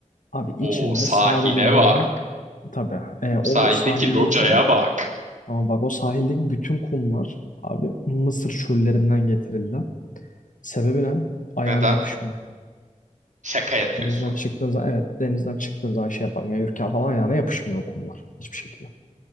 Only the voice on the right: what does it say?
O sahile
bak.
Sahildeki
locaya bak.
Neden?
Şaka yapıyorsun.